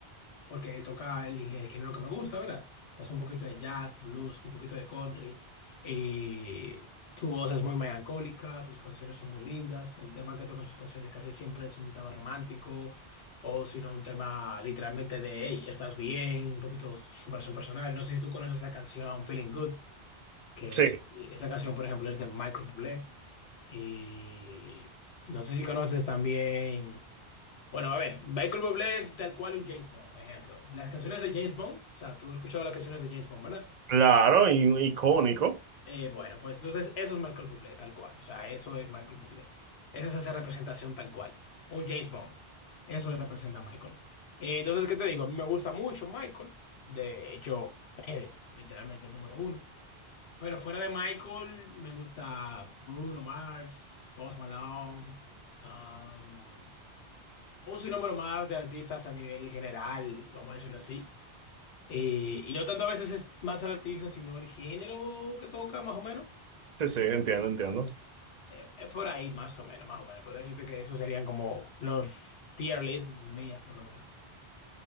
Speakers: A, on the left; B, on the right.
A: porque toca el, género género que me gusta, ¿verdad? Es un poquito de jazz, blues, un poquito de country. Y su voz es muy melancólica, sus canciones son muy lindas. El tema que toca en sus canciones casi siempre es un tema romántico o si no un tema literalmente de, hey, estás bien, un poquito superación personal. No sé si tú conoces la canción Feeling Good, que
B: Sí,
A: esa canción, por ejemplo, es de Michael Bublé. Y no sé si conoces también... Bueno, a ver, Michael Bublé es tal cual un James Bond, ejemplo. Las canciones de James Bond, o sea, tú has escuchado las canciones de James Bond, ¿verdad?
B: claro, y icónico.
A: Eh, bueno, pues entonces eso es Michael Bublé, tal cual. O sea, eso es Michael Bublé. Esa es esa representación tal cual. Un James Bond. Eso le representa a Michael. Eh, entonces, ¿qué te digo? A mí me gusta mucho Michael. De hecho, <clears throat> eh, literalmente el número uno. Pero fuera de Michael, me gusta Bruno Mars, Post Malone. um, un sinnúmero más de artistas a nivel general, vamos a decirlo así. Eh, y no tanto a veces es más el artista, sino el género que toca, más o menos.
B: Sí, sí, entiendo, entiendo.
A: Eh, Es por ahí, más o menos, más o menos. Podría decirte que esos serían como los tier list mías, por lo menos.